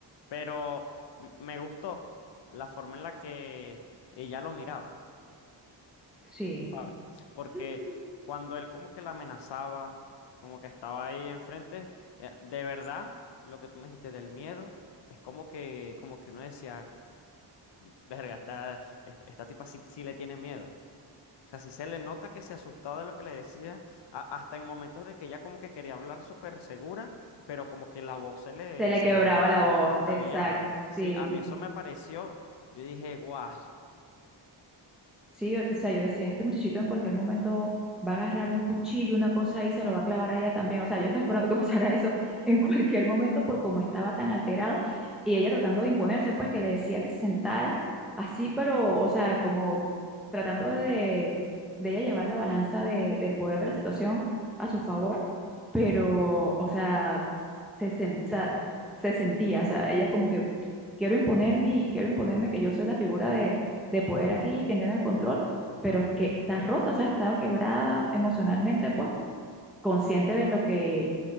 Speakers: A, on the left; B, in the centre.
A: Pero m- me gustó la forma en la que ella lo miraba,
B: Sí.
A: ¿sabes? Porque
B: <gasps>
A: cuando él como que la amenazaba, como que estaba ahí enfrente, eh, de verdad, lo que tú me dijiste del miedo, es como que, como que uno decía, verga, esta, esta, esta tipa sí, sí le tiene miedo. O sea, sí se le nota que se asustaba de lo que le decía, a- hasta en momentos de que ella como que quería hablar súper segura, pero como que la voz se le,
B: Se le
A: se
B: quebraba
A: le medio,
B: la
A: medio
B: voz,
A: trastabillada.
B: exacto.
A: Sí,
B: Sí.
A: a mí eso me pareció, yo dije, guau, sí,
B: Sí, o sea, yo decía, este muchachito en cualquier momento va a agarrar un cuchillo, una cosa y se lo va a clavar a ella también. O sea, yo estaba esperando que <laughs> pasara eso en cualquier momento por cómo estaba tan alterado. Y ella tratando de imponerse, pues que le decía que se sentara así, pero, o sea, como tratando de, de ella llevar la balanza de- del poder de la situación a su favor, pero, o sea, se, sen- o sea, se sentía, o sea, ella como que quiero imponerme, y- quiero imponerme que yo soy la figura de poder aquí, quien tiene el control, pero que está rota, o sea, estaba quebrada emocionalmente, pues, consciente de lo que,